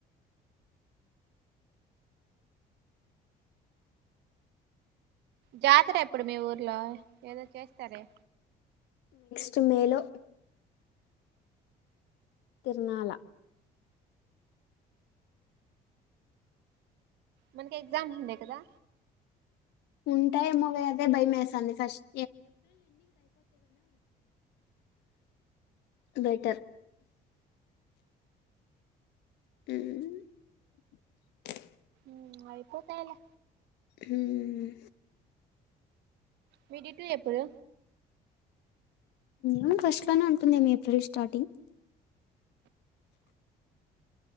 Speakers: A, on the right; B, on the left.
A: జాతర ఎప్పుడు మీ ఊర్లో ఏదో చేస్తాలే
B: చ్చు మేలో తిర్నాల
A: మనకి ఎగ్జామ్స్ ఉండే కదా
B: ఉంటాయేమోగ అదే భయమేస్తుంది ఫస్ట్ బెటర్ మ్మ్
A: మ్మ్ అయిపోతాయి లే
B: మ్మ్
A: విటిటు ఎప్పుడు
B: మ్మ్ ఫస్ట్ లోనే ఉంటుందేమో ఏప్రిల్ స్టార్టింగ్